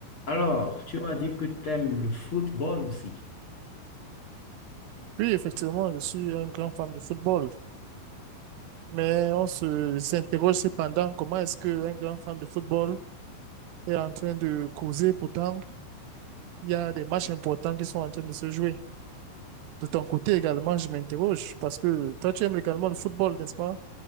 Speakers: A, on the left; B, on the right.
A: Alors, tu m'as dit que tu aimes le football aussi.
B: Oui, effectivement, je suis un grand fan de football, mais on se s'interroge cependant comment est-ce qu'un grand fan de football est en train de causer pourtant il y a des matchs importants qui sont en train de se jouer. De ton côté également, je m'interroge parce que toi, tu aimes également le football, n'est-ce pas?